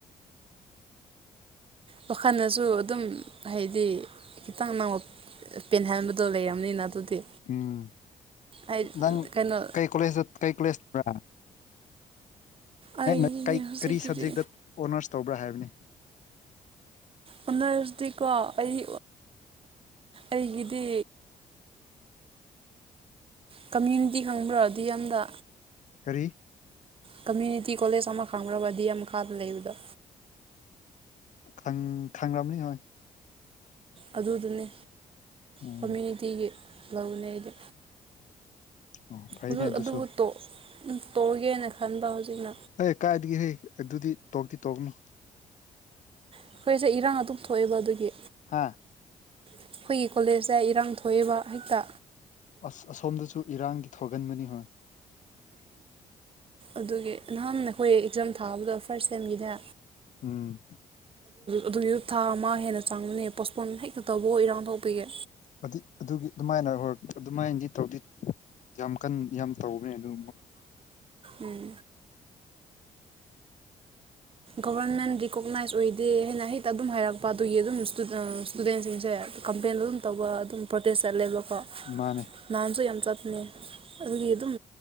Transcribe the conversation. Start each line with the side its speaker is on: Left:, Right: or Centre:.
Right: ꯋꯥꯈꯜꯗꯁꯨ ꯑꯗꯨꯝ ꯍꯥꯏꯗꯤ ꯈꯤꯇꯪ ꯅ ꯄꯦꯟꯍꯟꯕꯗꯣ ꯂꯩꯔꯕꯅꯤꯅ ꯑꯗꯨꯗꯤ
Left: ꯎꯝ
Right: ꯑꯩ
Left: ꯅꯪ
Right: ꯀꯩꯅꯣ
Left: ꯀꯩ ꯀꯣꯂꯦꯖ ꯀꯩ ꯀꯣꯂꯦꯖ꯭ꯔꯥ
Right: ꯑꯩ
Left: ꯅ
Right: ꯍꯧꯖꯤꯛꯀꯤꯗꯤ
Left: ꯀꯔꯤ ꯁꯕꯖꯦꯛꯇ ꯑꯣꯅꯔꯁ ꯇꯧꯕ꯭ꯔꯥ ꯍꯥꯏꯕꯅꯤ
Right: ꯑꯣꯅꯗꯤ ꯀꯥ ꯑꯩ ꯑꯩꯒꯤꯗꯤ ꯀꯝꯃ꯭ꯨꯅꯤꯇꯤ ꯈꯪꯕ꯭ꯔꯗꯤ ꯌꯥꯝꯅ
Left: ꯀꯔꯤ
Right: ꯀꯝꯃ꯭ꯌꯨꯅꯤꯇꯤ ꯀꯣꯂꯦꯖ ꯑꯃ ꯈꯪꯈ꯭ꯔꯕꯗꯤ ꯃꯈꯥꯗ ꯂꯩꯕꯗ
Left: ꯈ ꯈꯒ꯭ꯔꯝꯅꯤ ꯍ
Right: ꯑꯗꯨꯗꯨꯅꯤ
Left: ꯎꯝ
Right: ꯀꯃꯌꯨꯅꯤꯇꯤꯒꯤ ꯂꯧꯅꯦ ꯑꯩꯗꯤ
Left: ꯑꯣ ꯐꯥꯏꯅꯦ
Right: ꯑꯗꯨ
Left: ꯑꯗꯨꯨꯁꯨ
Right: ꯑꯗꯨꯕꯨ ꯇꯣꯛ ꯇꯧꯒꯦꯅ ꯈꯟꯕ ꯍꯧꯖꯤꯛ
Left: ꯍ ꯀꯥꯏꯗꯒꯤꯦ ꯍꯩ ꯑꯗꯨꯗꯤ ꯇꯣꯛꯇꯤ ꯇꯣꯛꯅꯣ
Right: ꯑꯩꯈꯣꯏꯁꯦ ꯏꯔꯥꯡ ꯑꯗꯨꯝ ꯊꯣꯛꯑꯦꯕ ꯑꯗꯨꯒꯤ
Left: ꯍꯥꯥ
Right: ꯑꯩꯈꯣꯏꯒꯤ ꯀꯣꯂꯦꯖꯇ ꯏꯔꯥꯡ ꯊꯣꯛꯏꯕ ꯍꯦꯛꯇ
Left: ꯑꯁ ꯑꯁꯣꯝꯗꯁꯨ ꯏꯔꯥꯡꯗꯤ ꯊꯒꯟꯕꯅꯤ ꯍꯣꯏ
Right: ꯑꯗꯨꯒꯤ ꯅꯍꯥꯟ ꯑꯩꯈꯣꯏ ꯑꯦꯛꯖꯥꯝ ꯊꯥꯕꯗꯣ ꯐꯥꯔꯁ ꯁꯦꯝꯒꯤꯅꯦ
Left: ꯎꯝ
Right: ꯑꯗꯨꯒꯤꯁꯨ ꯊꯥ ꯑꯃ ꯍꯦꯟꯅ ꯆꯪꯕꯅꯦ ꯄꯣꯁꯄꯣꯟ ꯍꯦꯛꯇ ꯇꯧꯕ ꯏꯔꯥꯡ ꯊꯣꯛꯄꯤꯒꯦ
Left: ꯑꯗꯨ ꯑꯗꯨꯒꯤ ꯑꯗꯨꯃꯥꯏꯅ ꯍ ꯑꯗꯨꯃꯥꯏꯅꯗꯤ ꯇꯧꯗꯤ ꯌꯥꯝ ꯀꯟ ꯌꯥꯝ ꯇꯧꯕꯅꯦ ꯑꯗꯨ
Right: ꯎꯝ ꯒꯣꯕꯔꯟꯃꯦꯟ ꯔꯤꯀꯣꯛꯅꯥꯏꯖ ꯑꯣꯏꯗꯦ ꯍꯥꯏꯅ ꯍꯦꯛꯇ ꯑꯗꯨꯝ ꯍꯥꯏꯔꯛꯄ ꯑꯗꯨꯒꯤ ꯑꯗꯨꯝꯨ ꯏꯁꯇꯨꯗꯦꯟꯁꯤꯡꯁꯦ ꯀꯝꯄ꯭ꯂꯦꯟ ꯑꯗꯨꯝ ꯇꯧꯕ ꯑꯗꯨꯝ ꯄ꯭ꯔꯣꯗꯦꯁ ꯆꯠꯂꯦꯕꯀꯣ
Left: ꯃꯥꯅꯦ
Right: ꯍꯥꯟꯁꯨ ꯌꯥꯝ ꯆꯠꯄꯅꯦ ꯑꯗꯨꯒꯤ ꯑꯗꯨꯝ